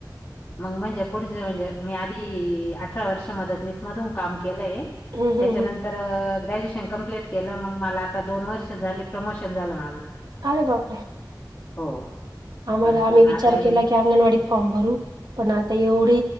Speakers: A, on the left (about 35°); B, on the right (about 65°).
A: मग म्हणजे पुढच म्हणजे मी आधी अठरा वर्ष मदतनीस मधून काम केलंय.
B: हम्म
A: त्याच्यानंतर
B: हम्म हम्म
A: ग्रॅज्युएशन कंप्लीट केलं मग मला आत्ता दोन वर्ष झाले प्रमोशन झालं माझं
B: अरे बापरे!
A: हो.
B: आम्हाला
A: असं
B: आम्ही विचार
A: ना आता
B: केला
A: एक
B: की अंगणवाडीत फॉर्म भरू पण आता एवढे